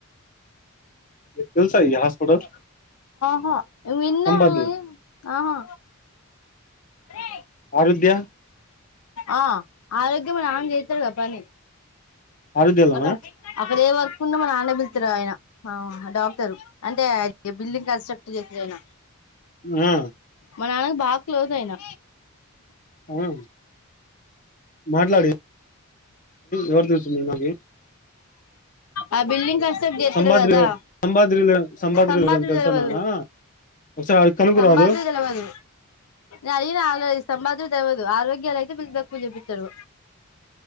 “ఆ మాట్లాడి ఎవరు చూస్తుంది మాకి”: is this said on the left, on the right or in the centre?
Left